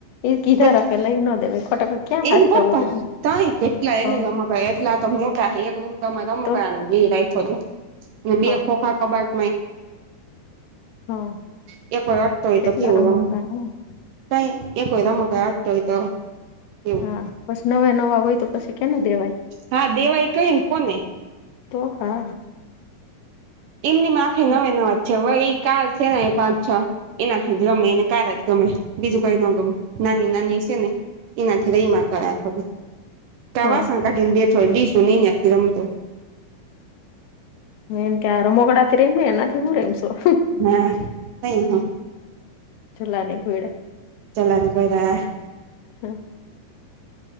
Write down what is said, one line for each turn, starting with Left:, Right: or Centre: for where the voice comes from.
Left: એ કીધા
Right: બસ
Left: રાખે લઈ ના દેવા ખોટ ક્યાં
Right: એને
Left: હાથ
Right: પપ્પા
Left: જવું બધું
Right: તઈ કેટલા એ
Left: હ.
Right: રમકડા એટલા તો મોટા એક રૂમ તમે રમક
Left: તો
Right: બે રાઈફો બે
Left: હા
Right: ખોખા કબાડ.
Left: હા
Right: પ એકર અટતોય
Left: કેટલા
Right: તો કેવું
Left: રમકડા
Right: રમ.
Left: હે
Right: ક એક વયતા મ આઠતોોય તો. એવું
Left: હા પછ નવા નવા હોય તો પછી કેને દેવાય.
Right: હા દેવાય કઈ કોને
Left: તો હા.
Right: એમની માખે
Left: હ
Right: નવે નવાજ છેવે એ કાર છે ને એ પાંચ છ. એનાથી રમે એને કાર જ ગમે બીજું કઈ ન ગમે. નાની નાની છે ને એનાથી રહીમાં કરયા ક
Left: હ હ
Right: કઢને બેોડી સુનીહી ને ખીરમ તો
Left: હ એન કેાર મોગડાથી રેમ એના હું રેમ છું
Right: હા કઈ હ
Left: ચલ્લાની કોડા
Right: ચલાન કો રહ
Left: હમ